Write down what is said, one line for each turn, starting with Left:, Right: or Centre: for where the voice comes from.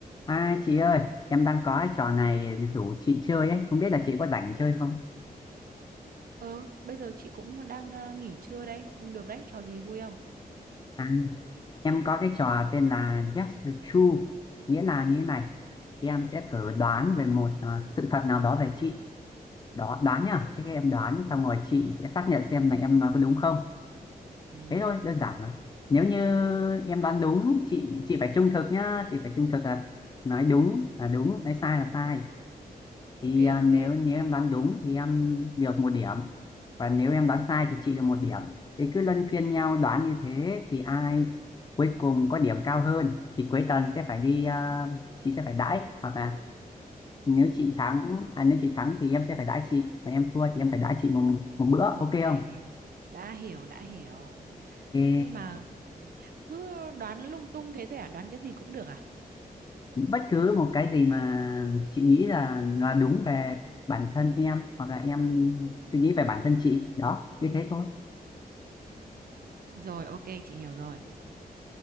Left: À chị ơi, em đang có cái trò này rủ chị chơi ấy, không biết là chị có rảnh chơi không?
Right: Ờ, bây giờ chị cũng đang ờ, nghỉ trưa đấy. Được đấy, trò gì vui không?
Left: À, em có cái trò tên là Guess the Truth, nghĩa là như thế này. Em sẽ thử đoán về một ờ, sự thật nào đó về chị. Đó, đoán nhá, chứ các em đoán xong rồi chị sẽ xác nhận xem là em nói có đúng không.
Right: Ừm,
Left: Thế thôi, đơn giản mà. Nếu như em đoán đúng, chị chị phải trung thực nhá, chị phải trung thực là nói đúng là đúng, nói sai là sai. thì
Right: ok
Left: à,
Right: ok
Left: nếu nếu em đoán đúng thì em được một điểm và nếu em đoán sai thì chị được một điểm thì cứ luân phiên nhau đoán như thế thì ai cuối cùng có điểm cao hơn thì cuối tuần sẽ phải đi à, chị sẽ phải đãi hoặc là nếu chị thắng à, nếu chị thắng thì em sẽ phải đãi chị và em thua thì em phải đãi chị một, một bữa
Right: ok
Left: ok không
Right: đã hiểu đã hiểu
Left: Ê,
Right: Nhưng mà Ừm, cứ đoán lung tung thế thôi à? Đoán cái gì cũng được à?
Left: bất cứ một cái gì mà chị nghĩ là là đúng về bản thân em hoặc là em suy nghĩ về bản thân chị đó như thế thôi
Right: rồi ok chị hiểu rồi